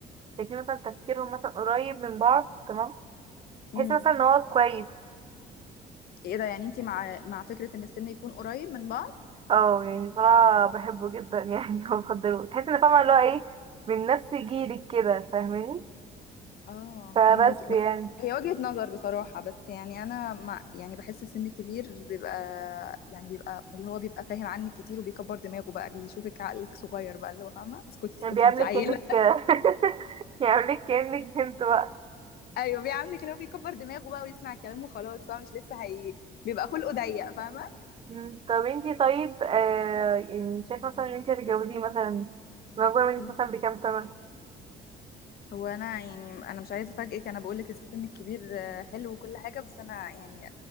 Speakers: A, on the right; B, on the left.
A: الاتنين مثلا تفكيرهم مثلا قريب من بعض تمام
B: امم
A: تحس مثلا إن هو كويس
B: ايه ده يعني انتي مع مع فكرة ان السن يكون قريب من بعض
A: اه يعني بصراحة بحبه جدا يعني <laughs> وبفضله تحس إن فاهمة اللي هو ايه من نفس جيلك كده فاهماني
B: اه
A: فبس
B: فاهمك
A: يعني
B: بس هي وجهة نظر بصراحة بس يعني انا مع يعني بحس السن الكبير بيبقى يعني بيبقى اللي هو بيبقى فاهم عنك كتير وبيكبر دماغه بقى بيشوفك عقلك صغير بقى اللي هو فاهمة اسكتي اسكتي
A: يعني بيعملك
B: انت عيلة
A: كأنك <laughs> يعملك كأنك بنت بقى
B: <laughs> ايوه بيعاملك اللي هو بيكبر دماغه بقى ويسمع الكلام وخلاص فاهمة مش لسه هي بيبقى خلقه ضيق فاهمة
A: مم. طب انتي طيب آه يعني شايف مثلا ان انتي هتتجوزيه مثلا من اكبر منك
B: مم.
A: مثلا بكام سنة
B: هو انا يعني انا مش عايزة افاجئك انا بقول لك السن الكبير آه، حلو وكل حاجة بس انا يعني